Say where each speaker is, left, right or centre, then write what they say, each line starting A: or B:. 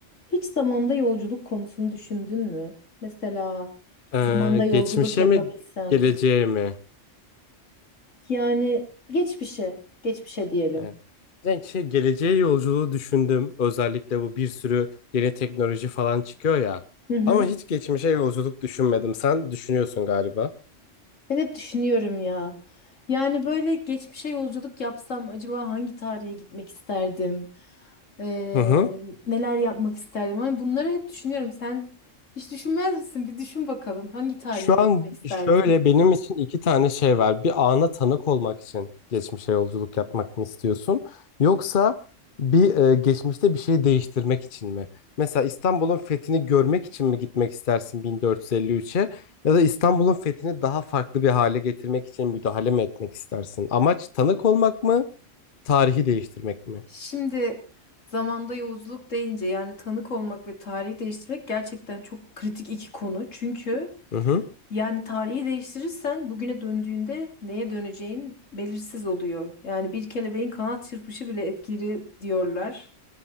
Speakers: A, on the left; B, on the left.
A: Hiç zamanda yolculuk konusunu düşündün mü? Mesela
B: Ee,
A: zamanda yolculuk
B: geçmişe
A: yapabilsem.
B: mi geleceğe mi?
A: Yani geçmişe, geçmişe diyelim.
B: Ee, ben şey, geleceğe yolculuğu düşündüm. Özellikle bu bir sürü yeni teknoloji falan çıkıyor ya.
A: Hı hı.
B: Ama hiç geçmişe yolculuk düşünmedim. Sen düşünüyorsun galiba.
A: Ben hep düşünüyorum ya. Yani böyle geçmişe yolculuk yapsam acaba hangi tarihe gitmek isterdim? Ee,
B: Hı hı.
A: neler yapmak isterdim? Hani bunları hep düşünüyorum. Sen hiç düşünmez misin? Bir düşün bakalım hangi tarihe
B: Şu
A: gitmek
B: an
A: isterdin?
B: şöyle benim için iki tane şey var. Bir ana tanık olmak için geçmişe yolculuk yapmak mı istiyorsun? Yoksa bir e, geçmişte bir şey değiştirmek için mi? Mesela İstanbul'un fethini görmek için mi gitmek istersin 1453'e? Ya da İstanbul'un fethini daha farklı bir hale getirmek için müdahale mi etmek istersin? Amaç tanık olmak mı? Tarihi değiştirmek mi?
A: Şimdi zamanda yolculuk deyince yani tanık olmak ve tarihi değiştirmek gerçekten çok kritik iki konu. Çünkü
B: Hı hı,
A: yani tarihi değiştirirsen bugüne döndüğünde neye döneceğin belirsiz oluyor. Yani bir kelebeğin kanat çırpışı bile etkili diyorlar.